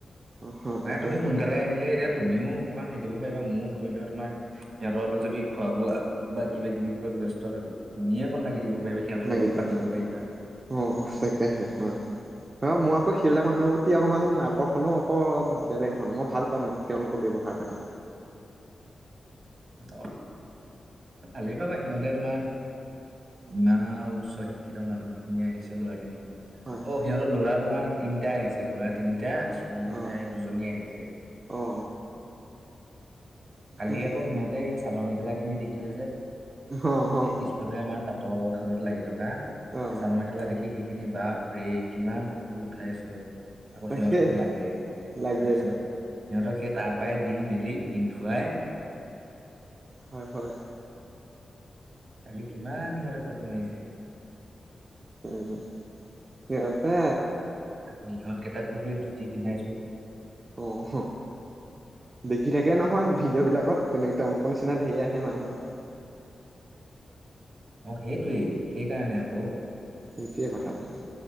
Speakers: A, on the right; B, on the right.
A: অ অ
B: মানে
A: তাকে
B: তুমি সোনকালে আহিলে এতিয়া তুমিও অকমান হেৰিব পাৰিবা। ময়ো ধৰি লোৱা তোমাৰ সিহঁতৰলে যদি খোৱা বোৱা বা কিবা-কিবি ব্যস্ত থাকো তুমিয়ে কন লাগি দিব পাৰিবা সিহঁতৰ
A: লাগি
B: লগত
A: দিয়ক
B: পাতিব পাৰিবা।
A: অ তাকেহে হয়। ৰ মই আকৌ সেইবিলাক মানুহৰ পতি তি অকণমান আকৰ্ষণো ক অলপ বেলেগ ধৰণৰ। মই ভাল পাওঁ মানে তেওঁলোকৰ ব্যৱহাৰ পাতি।
B: অ ভালেই পাবা সিহঁতে তোমাৰ
A: উম
B: ইমান আৰু উচ্চ শিক্ষিত মানুহ। ধুনীয়া আহিছে ল'ৰা খিনি।
A: হয় হয়
B: অ সিহঁতৰ ল'ৰা তোমাৰ তিনিটা আহিছে। ল'ৰা তিনিটা ছোৱালী
A: অ
B: তাই দুজনী আহিছে।
A: অ অ তাকেহে
B: কালি আকৌ সিহঁতে চাদৰ মেখেলা খিনি দেখিলে যে।
A: অ অ
B: এই পিছফালে আমাৰ তাত। ত শালত লাগি থকা।
A: অ
B: চাদৰ মেখেলা দেখি শিকি খিনি বাপৰে কিমান ফ টো উঠাইছে, আকৌ
A: তাকে
B: সিহঁতকো লাগে।
A: লাগে
B: তাৰ পিছত সিহঁতক তাৰ পাই দি মেলি পিন্ধো ৱাই
A: হয় হয়।
B: কালি কিমান সিহঁতৰ ফটো মাৰিছে।
A: উম সিঁহতে
B: তাৰ পা ইহঁত কেইটাকো সেই ধুতি পিন্ধাইছো।
A: অ'। দেখি থাকে নহয় ভিডিঅ' বিলাকত তেনেক তেওঁলোকৰ নিচিনা ধেৰ আহে মানুহবোৰ।
B: অ সেইটোৱেই সেইকাৰণে আকৌ।
A: সেইটোৱে কথাটো।